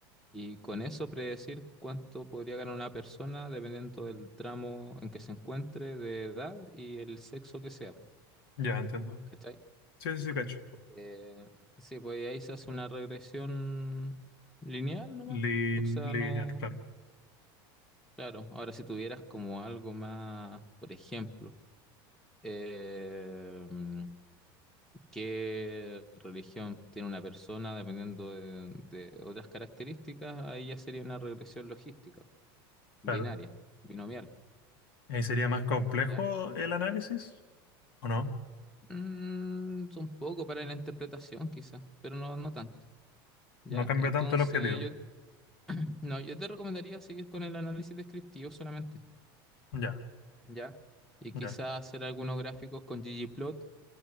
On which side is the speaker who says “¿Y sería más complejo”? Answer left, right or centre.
Left